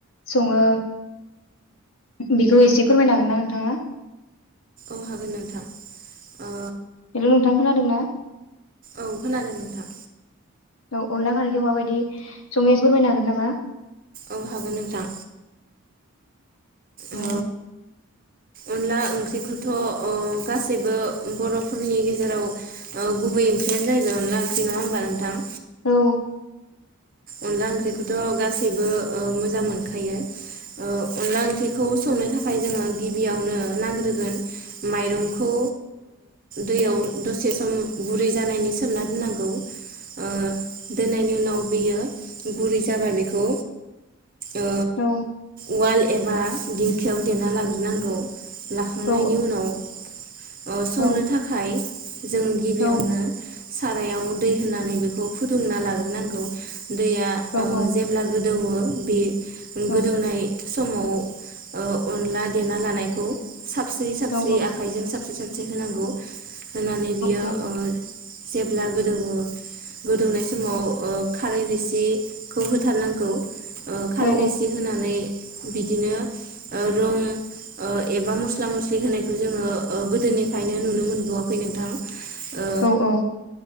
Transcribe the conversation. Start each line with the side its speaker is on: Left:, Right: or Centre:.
Left: सङो बेखौ एसे फोरमायनो हागोन ना नोंथाङा
Right: औ हागोन नोंथां ओ
Left: हेलौ नोंथां खोनादों ना
Right: औ खोनादों नोंथां
Left: औ अनला खारैखौ माबायदि सङो एसे फोरमायनो हागोन नामा
Right: औ हागोन नोंथां ओ
Left: औ
Right: अनला ओंख्रिखौथ' गासैबो बर'फोरनि गेजेराव गुबै ओंख्रियानो जाहैबाय अनला ओंख्रि नङा होनबा नोंथां
Left: औ
Right: अनला ओंख्रिखौथ' गासैबो मोजां मोनखायो ओ अनला ओंख्रिखौ संनो थाखाय जोंङो गिबियावनो नांग्रोगोन माइरंखौ दैयाव दसे सम गुरै जानायनि सोमना दोननांगौ ओ दोननायनि उनाव बियो गुरै जाबा बेखौ ओ
Left: औ
Right: उवाल एबा दिंखियाव देना लाग्रोनांगौ लाखांनायनि
Left: औ
Right: उनाव ओ संनो
Left: औ
Right: थाखाय जों गिबियावनो
Left: औ
Right: सारायाव दै होनानै बेखौ फुदुंना लाग्रोनांगौ दैया
Left: औ औ
Right: जेब्ला गो गोदोवो बे गोदौनाय
Left: औ
Right: समाव ओ अनला देना लानायखौ साबस्रि साबस्रि
Left: औ
Right: आखाइजों साबसिरि होनांगौ होनानै बियो
Left: औ
Right: ओ जेब्ला गोदौओ गोदौनाय समाव ओ खारै रो सिखौ होथारनांगौ। खारै
Left: औ
Right: रोसि होनानै बिदिनो रं एबा मस्ला मस्लि होनायखौ जोङो गोदोनिफ्रायनो नुनो मोनबोआखै नोंथां। ओ
Left: औ औ